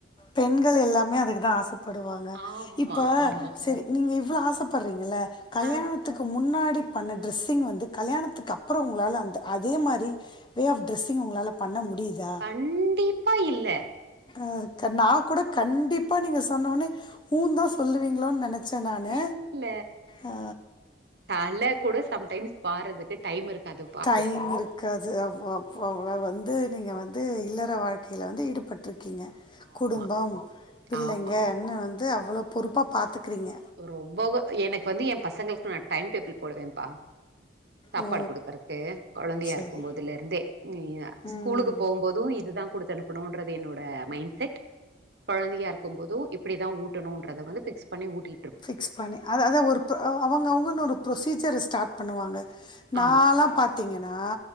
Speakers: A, on the left (about 25°); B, on the right (about 60°).
A: பெண்கள் எல்லாமே அதுக்கு தா ஆசப்படுவாங்க
B: ஆமா,
A: இப்ப
B: ஆமா.
A: சரி நீங்க இவ்ளோ ஆசப்படுறீங்கள கல்யாணத்துக்கு
B: ஆ
A: முன்னாடிப் பண்ண ட்ரெஸ்ஸிங் வந்து கல்யாணத்துக்கு அப்ரோ உங்களால அந்த அதே மாரி வே ஆப் ட்ரெஸ்ஸிங் உங்களால பண்ண முடியுதா
B: கண்டிப்பா இல்ல.
A: ஆ நா கூட கண்டிப்பா நீங்க சொன்ன உனே ஊ தா சொல்லுவீங்களோனு நெனச் ச நானு
B: இல்ல.
A: ஆ ஆ
B: தல கூட சம்டைம்ஸ் வாறதுக்கு டைம் இருக்காது
A: டைம் மிரு காது அப்பா அப்பா விலா வந்து நீங்க
B: ம்.
A: வந்து இல்லற வாழ்கைல வந்து ஈடுபட்டிருக்கீங்க
B: ஆமா,
A: குடும்பம் பிள்ளைங்கன்னு
B: ஆமா.
A: வந்து அவ்ளோ பொறுப்பா பாத்துக்கிறீங்க
B: ரொம்பவோ எனக்கு வந்து ஏ பசங்களுக்கு நா டைம் டேபிள் போடுவே பா சாப்பாடு
A: ஓ
B: குடுக்குறக்கு கொழந்தையா
A: சரி
B: இருக்கு போதுலருந்தே
A: ம்
B: ஸ்கூலுக்கு போகும் போது இதுதா குடுத்து அனுப்பணுன்றது என்னோட மைண்ட் செட் கொழந்தையா இருக்கும் போதும் இப்டிதா ஊட்டணும்ன்றத வந்து பிக்ஸ் பண்ணி ஊட்டி
A: ஃபிக்ஸ் பண்ணி அது அதை ஒரு ப் ஒரு அவுங்க அவுங்கன்னு ஒரு ப்ரொசீஜர ஸ்டார்ட் பண்ணுவாங்க நாலா
B: ஆமா
A: பாத்தீங்கன்னா